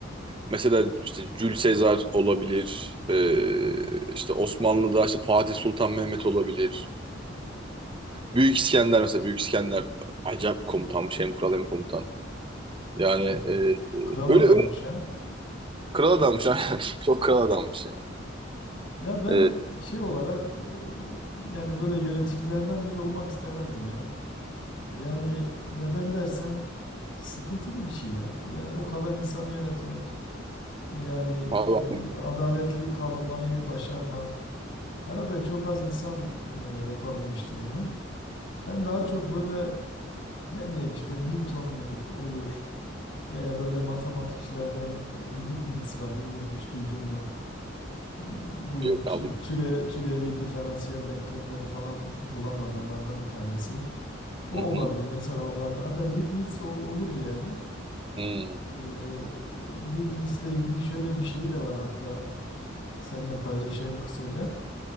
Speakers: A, on the right; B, on the left.
A: Mesela işte Jül Sezar olabilir, e, işte Osmanlı'da işte Fatih Sultan Mehmet olabilir. Büyük İskender mesela Büyük İskender acayip bir komutanmış hem kral hem komutan. Yani
B: Ee,
A: e, e,
B: Kral
A: öyle
B: adammış
A: öyle
B: ha.
A: kral adammış <laughs> aynen. Çok kral adammış yani.
B: Ya ben
A: E,
B: şey olarak e, yani böyle yöneticilerden biri olmak istemezdim ya. Yani neden dersen sıkıntılı bir şey ya. Yani o kadar insanı yönetmek, yani
A: abi, abi,
B: e, adaletli kalmayı başarmak. Herhalde çok az insan e, yapabilmiştir bunu. Ben daha çok böyle ne bileyim işte Newton muydu olur. Veya böyle matematikçilerden e, Leibniz var bilmiyorum hiç duydun mu? Bu
A: yok
B: tü-
A: abi.
B: türe, türevi diferansiyel denklemleri falan bulan adamlardan bir tanesi. O
A: Hı hı.
B: olabilir mesela onlarda. Hatta Leibniz ol- olurdu yani.
A: Hı.
B: Ee, Leibniz'le ilgili şöyle bir şey de var hatta seninle paylaşayım kısaca.